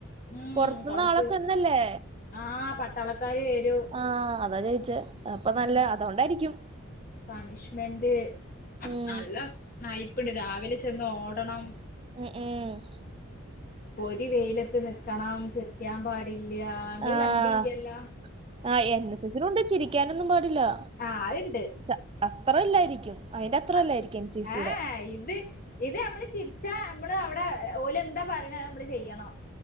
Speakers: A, on the left; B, on the right.
A: ഉം
B: പൊറത്ത്ന്ന്
A: കൊറച്ച്
B: ആളൊക്കെ വന്നല്ലേ
A: ആഹ് പട്ടാളക്കാര് വെരും
B: ആഹ് അതാ ചോയിച്ചേ അപ്പൊ
A: ഉം
B: നല്ല അതോണ്ടായിരിക്കും
A: പണിഷ്മെന്റ്
B: ഉം
A: നല്ല നൈപ്പ്ണ്ട്, രാവിലെ ചെന്ന് ഓടണം
B: ഉം ഉം
A: പൊരി വെയിലത്ത് നിക്കണം ചിറിക്കാൻ പാടില്ലാ ഇങ്ങള്
B: ആഹ്
A: കണ്ടീല്ലല്ലോ.
B: ആഹ് എൻ എസ് എസ്സിനുണ്ട് ചിരിക്കാനൊന്നും പാടില്ലാ
A: ആ അത്ണ്ട്
B: ച അത്ര ഇല്ലായിരിക്കും. അയിന്റെ അത്ര
A: അത്
B: ഇല്ലായിരിക്കും എൻ സി സിയുടെ
A: ഏഹ് ഇത് ഇത് നമ്മള് ചിരിച്ചാ, നമ്മള് അവിടെ ഓല് എന്താ പറയണെ അത് നമ്മള് ചെയ്യണം.